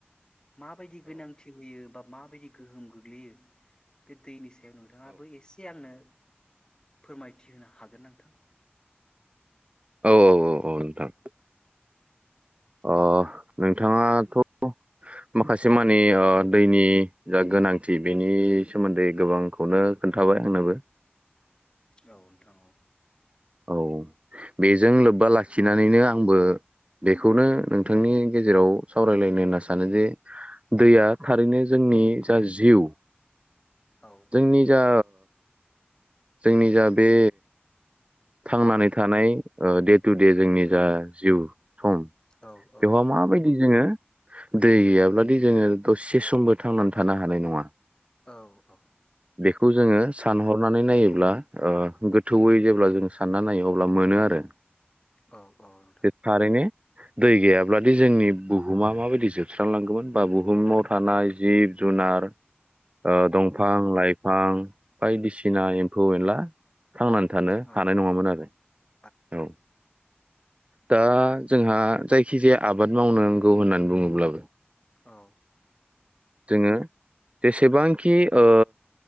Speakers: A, on the left; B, on the right.
A: माबायदि गोनांथि होयो बाब माबायदि गोहोम गोग्लैयो बे दैनि सा नोंथांङाबो एसे आंनो फोरमायथि होनो हागोन नोंथां
B: औ औ औ औ नोंथां
A: नोंथां
B: अ नोंथाङा थ माखासे मानि दैनि जा गोनांथि बेनि सोमोन्दै गोबांखौनो खोन्थाबाय आंनोबो
A: औ नोंथां औ
B: औ बेजों लोब्बा लाखिनानैनो आंबो बेखौनो नोंथांनि गेजेराव सावरायलायनो होनना सानो जे दैया थारैनो जोंनि जा जिउ
A: औ
B: जोंनि
A: नोंथां
B: जा जोंनि जा बे थांनानै थानाय दे टु दे जोंनि जा जिउ सम
A: औ औ
B: बेवहाय माबायदि जोंङो दै गैयाब्लादि जोंङो दसे समबो थांनानै थानो हानाय नंङा
A: औ औ
B: बेखौ जोंङो सानहरनानै नायोब्ला गोथौयै जेब्ला जों सानना नायो अब्ला मोनो आरो
A: औ औ नोंथां
B: बे थारैनो दै गैयाब्लादि जोंनि बुहुमा माबायदि जोबस्रांलांगौमोन बा बुहुमाव थानाय जिब जुनार ओ दंफां लाइ हां बायदिसिना एम्फौ एनला थांनानै था
A: औ नोंथां औ
B: हानाय नंङामोन आरो
A: औ
B: औ दा जोंहा जायखि जाया आबाद मावनांगौ होननानै बुंङोब्लाबो
A: औ
B: जोंङो जेसेबांखि ओ